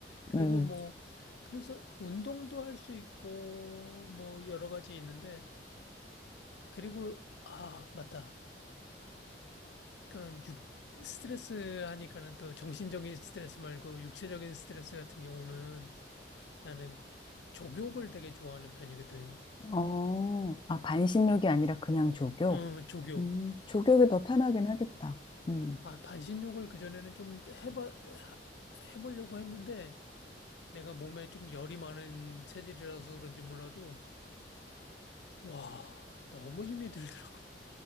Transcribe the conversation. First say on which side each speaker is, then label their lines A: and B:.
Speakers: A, on the left (about 70°); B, on the left (about 30°).
A: 그리고
B: 음,
A: 뭐, 그래서 운동도 할 수 있고, 뭐, 여러 가지 있는데. 그리고, 아, 맞다. 그런 육, 스트레스 하니까는 또 정신적인 스트레스 말고 육체적인 스트레스 같은 경우는 나는 족욕을 되게 좋아하는 편이거든.
B: 어, 아, 반신욕이 아니라 그냥 조교?
A: 어, 족욕.
B: 음, 조교가 더 편하긴 하겠다. 음,
A: 아, 반신욕을 그전에는 좀 해봐, 하- 해보려고 했는데 내가 몸에 좀 열이 많은 체질이라서 그런지 몰라도 와, 너무 힘이 들더라고.